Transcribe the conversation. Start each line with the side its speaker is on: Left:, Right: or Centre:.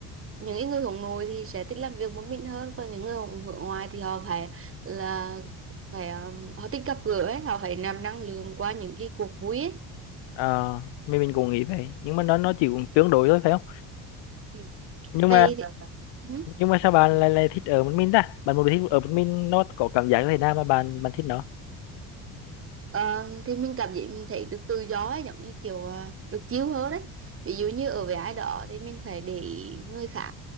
Right: những cái người hướng nội thì sẽ thích làm việc một mình hơn còn những người hướng hướng ngoại thì họ phải là phải um, họ thích gặp gỡ ấy họ phải nạp năng lượng qua những cái cuộc vui ấy.
Left: Ờ, mình mình cũng nghĩ vậy nhưng mà nó nó chỉ cũng tương đối thôi phải không
Right: Ừ.
Left: nhưng
Right: Vậy
Left: mà
Right: thì, ừ.
Left: nhưng mà sao bạn lại lại thích ở một mình ta bạn một thích ở một mình nó có cảm giác như thế nào mà bạn bạn thích nó
Right: Ờ, thì mình cảm giác mình thấy được tự do ấy, giống như kiểu à, được chill hơn đấy ví dụ như ở với ai đó thì mình phải để ý người khác